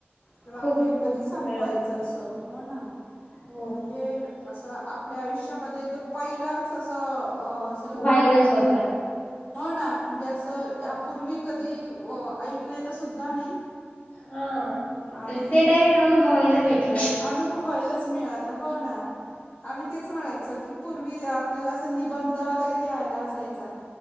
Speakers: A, on the left; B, on the left.
A: अरे बापरे
B: खूप
A: हे
B: खूप
A: कधी संपायचं
B: हळहळ वाटत
A: असं?
B: होती.
A: हो ना.
B: हो
A: म्हणजे अस आपल्या आयुष्यामध्ये तो पहिलाच असं अ तील घटना
B: व्हायरस
A: म्हटलं.
B: होता
A: हो ना. म्हणजे असं यापूर्वी कधी ऐकलेलं सुद्धा नाही.
B: हा.
A: आणि
B: ते डैरेक्ट अनुभव एला भेट
A: अनुभवायलाच मिळालं. हो ना. आम्ही तेच म्हणायचो की पूर्वी, आपल्याला असा निबंध वगैरे लिहायला असायचा.